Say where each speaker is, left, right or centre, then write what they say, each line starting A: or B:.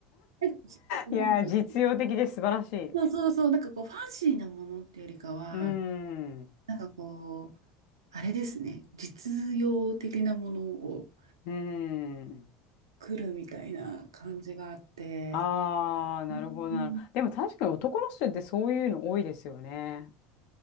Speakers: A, on the right (about 75°); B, on the left (about 55°).
A: なんかちっちゃくなんでしょうね
B: いやー、実用的で素晴らしい。う
A: そうそうそう、なんかこう、ファンシーなものっていうよりかは、
B: ーん。
A: なんかこう、あれですね、実用的なものを
B: うーん。
A: 来るみたいな感じがあって、
B: ああ、なるほどなるほど。
A: うん
B: でも確かに男の人ってそういうの多いですよね。